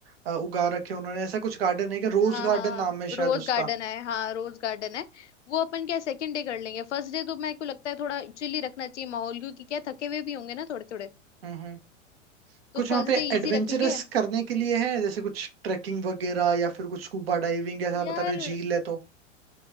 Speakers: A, on the right; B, on the left.
A: अ, उगा रखे हैं उन्होंने ऐसा कुछ गार्डन है कि रोज
B: हाँ
A: गार्डन
B: हाँ
A: नाम है शायद
B: रोज
A: उसका
B: गार्डन है हाँ रोज गार्डन है वो अपन क्या सेकंड डे कर लेंगे फर्स्ट डे तो मेरे को लगता है थोड़ा चिल रखना चाहिए माहौल क्योंकि क्या थके हुए भी होंगे ना थोड़े थोड़े
A: हम्म
B: तो
A: कुछ
B: फर्स्ट
A: वहाँ पे
B: डे इजी
A: एडवेंचरस
B: रखेंगे
A: करने के लिए है जैसे कुछ ट्रैकिंग वगैरह या फिर कुछ स्कूबा डाइविंग ऐसा
B: यार
A: बता रहे हो झील है तो